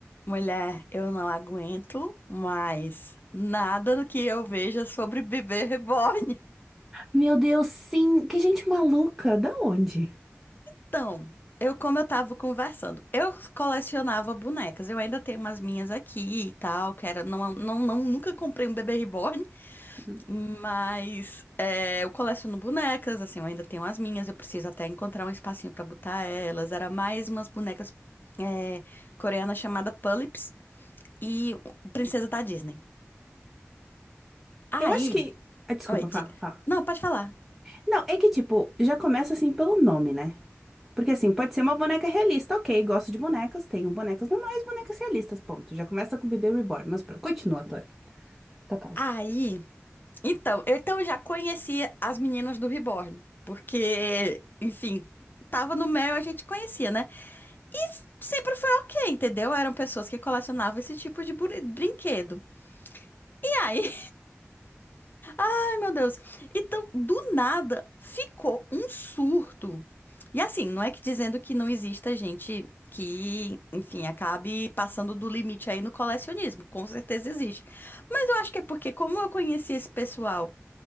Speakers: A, on the left; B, in the centre.
A: Mulher, eu não aguento mais nada do que eu veja sobre bebê reborn.
B: Meu Deus, sim. Que gente maluca. Da onde?
A: Então, eu, como eu tava conversando, eu colecionava bonecas. Eu ainda tenho umas minhas aqui e tal, que era, não, não, não, nunca comprei um bebê reborn,
B: Hum.
A: mas é, eu coleciono bonecas, assim, eu ainda tenho as minhas, eu preciso até encontrar um espacinho pra botar elas. Era mais umas bonecas é, coreanas chamada Pullips e Princesa da Disney. Aí,
B: Eu acho que. Ah, desculpa,
A: oi, diga.
B: fala, fala.
A: Não, pode falar.
B: Não, é que, tipo, já começa assim pelo nome, né? Porque assim, pode ser uma boneca realista, ok, gosto de bonecas, tenho bonecas normais, bonecas realistas, ponto. Já começa com Bebê Reborn, mas pronto, continua a tua, tua causa.
A: Aí, então, então eu já conhecia as meninas do Reborn, porque, enfim, tava no Mel e a gente conhecia, né? E s- sempre foi ok, entendeu? Eram pessoas que colecionavam esse tipo de buri- brinquedo. E aí, <laughs> ai meu Deus, então do nada ficou um surto. E assim, não é que dizendo que não exista gente que, enfim, acabe passando do limite aí no colecionismo, com certeza existe. Mas eu acho que é porque, como eu conheci esse pessoal.